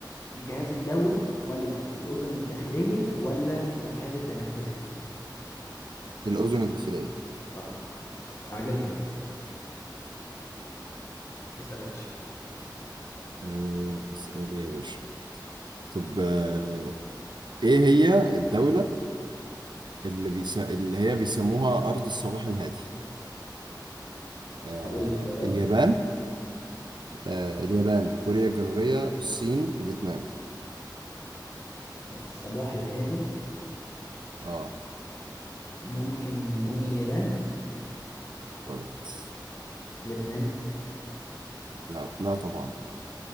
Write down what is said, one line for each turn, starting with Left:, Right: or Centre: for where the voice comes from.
Left: الجهاز الدوري ولا الأذن الداخلية ولا الجهاز التنفسي
Right: الأذن الداخلية
Left: صح استعجلت انت اسأل يا باشا
Right: آه، اسأل يا باشا طب آه، ايه هي الدولة اللي بيس... اللي هي بيسموها أرض الصباح الهادي آه،
Left: هقول الاختيارات
Right: اليابان آه، اليابان كوريا الجنوبية الصين فيتنام
Left: الصباح الهادي
Right: اه
Left: ممكن نقول اليابان
Right: غلط
Left: فيتنام
Right: لا لا طبعا